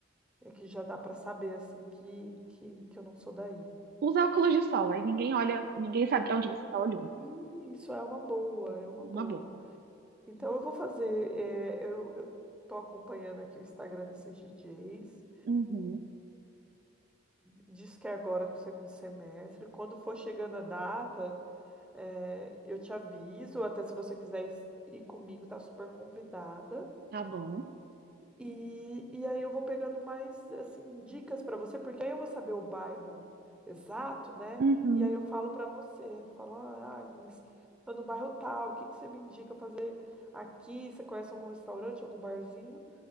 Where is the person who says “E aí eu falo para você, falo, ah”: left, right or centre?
Centre